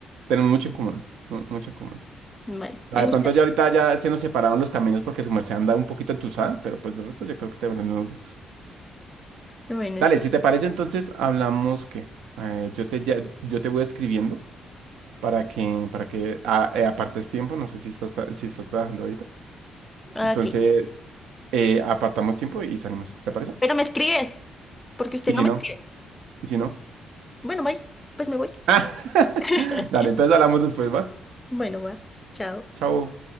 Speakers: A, on the right; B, on the left.
A: Tenemos mucho en común, mu- mucho en común.
B: vale,
A: O
B: me
A: sea, de
B: gustaría.
A: pronto ya ahorita ya se nos separaron los caminos porque su merced anda un poquito entusada, pero pues de resto yo creo que tenemos los gustos.
B: Bueno,
A: Dale,
B: sí.
A: si te parece, entonces hablamos que eh, yo te ya- yo te voy escribiendo para que para que a- eh, apartes tiempo, no sé si estás tra- si estás trabajando ahorita.
B: ah,
A: Entonces,
B: Ok, sí.
A: eh, apartamos tiempo y salimos, ¿te parece?
B: Pero me escribes, porque usted
A: Y si
B: no me
A: no,
B: escribe.
A: y si no.
B: Bueno, bye, pues me voy.
A: <laughs>
B: <laughs>
A: Dale, entonces hablamos después, ¿va?
B: Bueno, va. Chao.
A: Chao.